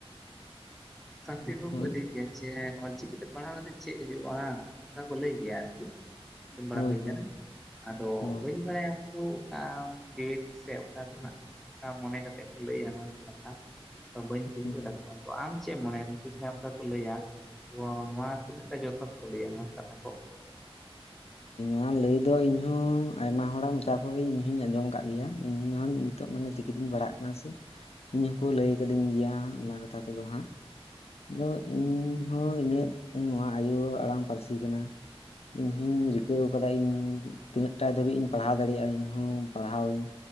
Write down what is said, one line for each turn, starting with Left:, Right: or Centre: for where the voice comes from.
Centre: <unintelligible>
Left: ᱦᱳᱭ
Centre: ᱚᱞᱪᱤᱠᱤᱛᱮ ᱯᱟᱲᱦᱟᱣ ᱠᱟᱛᱮᱫ ᱪᱮᱫ ᱦᱩᱭᱩᱜᱼᱟ ᱚᱱᱠᱟ ᱠᱚ ᱞᱟᱹᱭ ᱜᱮᱭᱟ ᱟᱨᱠᱤ ᱵᱟᱲᱟ
Left: ᱦᱳᱭ
Centre: ᱦᱩᱭ ᱟᱠᱟᱱᱟ
Left: ᱦᱳᱭ
Centre: ᱟᱫᱚ
Left: ᱦᱳᱭ
Centre: ᱵᱟᱹᱧ ᱵᱟᱲᱟᱭᱟ ᱚᱠᱟ <unintelligible> ᱥᱮ ᱚᱠᱟ ᱠᱷᱚᱱᱟᱜ ᱢᱚᱱᱮ ᱠᱟᱛᱮᱫ ᱠᱚ ᱞᱟᱹᱭᱟ ᱱᱚᱣᱟ ᱠᱟᱛᱷᱟ ᱛᱚ ᱵᱟᱹᱧ ᱵᱩᱡᱷᱟᱹᱣ
Left: ᱦᱩᱸ
Centre: ᱛᱟᱠᱚᱣᱟ ᱩᱱᱠᱚᱣᱟ ᱟᱢ ᱪᱮᱫ ᱢᱚᱱᱮᱭᱟ ᱱᱩᱠᱩ ᱡᱟᱦᱟᱸ ᱚᱱᱠᱟ ᱠᱚ ᱞᱟᱹᱭᱟ ᱚ ᱱᱚᱣᱟ ᱛᱤᱱᱟᱹᱜ ᱴᱟᱜ ᱡᱚᱛᱷᱟᱛ ᱠᱚ ᱞᱟᱹᱭᱟ ᱱᱚᱣᱟ ᱠᱟᱛᱷᱟ ᱠᱚ
Left: ᱚᱱᱟ ᱞᱟᱹᱭ ᱫᱚ ᱤᱧ ᱦᱚᱸ ᱟᱭᱢᱟ ᱦᱚᱲᱟᱜ ᱢᱚᱪᱟ ᱠᱷᱚᱱᱜᱮ ᱤᱧ ᱦᱚᱸᱧ ᱟᱸᱡᱚᱢ ᱟᱠᱟᱫ ᱜᱮᱭᱟ ᱤᱧ ᱦᱚᱸᱧ ᱱᱤᱛᱚᱜ ᱢᱟᱱᱮ ᱪᱤᱠᱤ ᱛᱮᱜᱮ <unintelligible> ᱠᱟᱱᱟ ᱥᱮ ᱤᱧ ᱦᱚᱸᱠᱚ ᱞᱟᱹᱭ ᱟᱠᱟᱫᱤᱧ ᱜᱮᱭᱟ ᱚᱱᱟ ᱠᱟᱛᱷᱟ ᱠᱚᱫᱚ ᱦᱟᱸᱜ ᱟᱫᱚ ᱤᱧ ᱦᱚᱸ ᱤᱧᱟᱹᱜ ᱱᱚᱣᱟ ᱟᱭᱳ ᱟᱲᱟᱝ ᱯᱟᱹᱨᱥᱤ ᱠᱟᱱᱟ ᱤᱧᱦᱚᱧ ᱨᱤᱠᱟᱹ ᱟᱠᱟᱱᱟ ᱤᱧ ᱛᱤᱱᱟᱹᱜ ᱴᱟ ᱫᱟᱹᱵᱤᱡ ᱤᱧ ᱯᱟᱲᱦᱟᱣ ᱫᱟᱲᱮᱭᱟᱜᱼᱟ ᱤᱧᱦᱚᱧ ᱯᱟᱲᱦᱟᱣ ᱟᱹᱧ